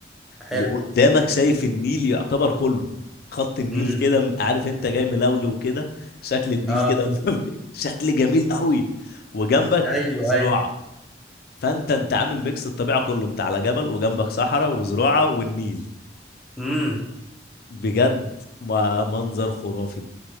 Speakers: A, in the centre; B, on the left.
A: حلو
B: وقدامك شايف النيل يعتبر كله خط النيل
A: امم
B: كده م- عارف انت جاي ملولو وكده شكل النيل
A: اه
B: كده <laughs> شكل جميل قوي وجنبك
A: ايوه
B: زراعه
A: ايوه
B: فانت انت عامل ميكس الطبيعه كله انت على جبل وجنبك صحراء وزراعه والنيل
A: امم
B: بجد ما منظر خرافي